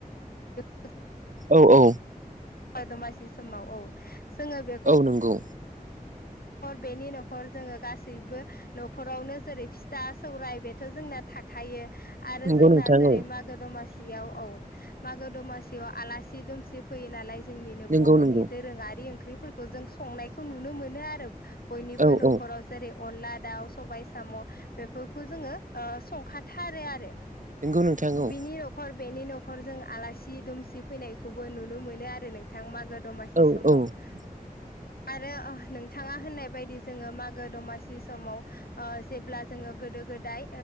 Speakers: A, on the left; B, on the right.
A: <unintelligible> <unintelligible>
B: औ औ,
A: दमासि समाव औ, जोङो बेखौ
B: औ नंगौ,
A: बेनि न'खर जोङो गासैबो न'खरावनो जेरै फिथा सौराय बे जोंना थाखायो आरो
B: नंगौ
A: जोंना
B: नोंथां
A: जेरै
B: औ
A: मागो दमासियाव औ मागो दमासियाव आलासि दुमसि फैयो नालाय जोंनिनो
B: नंगौ
A: बर'नि
B: नंगौ
A: दोरोङारि ओंख्रि- फोर जों संनायखौ नुनो मोनो आरो बयनिबो
B: औ
A: न'खराव
B: औ
A: जेरै अनला, दाउ सबाय साम' बेफोरखौ जोङो ओ संखाथारो आरो,
B: नंगौ नोंथां
A: बिनि
B: औ,
A: न'खर बेनि न'खर जों आलासि दुमसि फैनायखौबो नुनो मोनो आरो नोंथां मागो <unintelligible> दमासि
B: औ
A: समाव,
B: औ
A: <unintelligible> आरो नोंथाङा होननाय बायदि जोङो मागो दमासि समाव ओ जेब्ला जोङो- गोद गोदाय